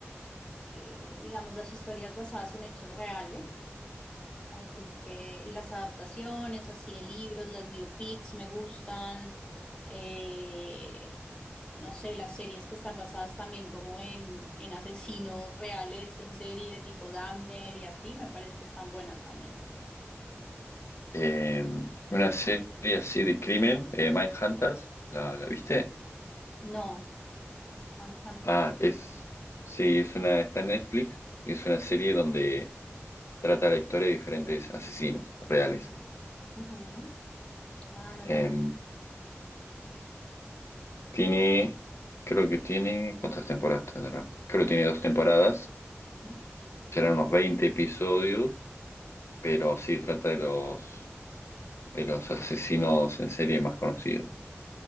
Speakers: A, on the left (about 15°); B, on the left (about 70°).
A: eh, digamos, las historias basadas en hechos reales. Así que, y las adaptaciones, así de libros, las biopics me gustan, eh, no sé, las series que están basadas también como en, en asesinos reales, en serie tipo Dahmer y así, me parece que están buenas también.
B: Eh, una serie así de crimen, eh, Mindhunters, ¿la, la viste?
A: No, Mindhunters.
B: Ah, es, sí, es una, está en Netflix y es una serie donde trata la historia de diferentes asesinos reales.
A: Ujú. Ah, no
B: Eh,
A: la he visto.
B: tiene, creo que tiene, ¿cuántas temporadas tendrá? Creo que tiene dos temporadas,
A: Ujú.
B: serán unos 20 episodios, pero sí trata de los, de los asesinos en serie más conocidos.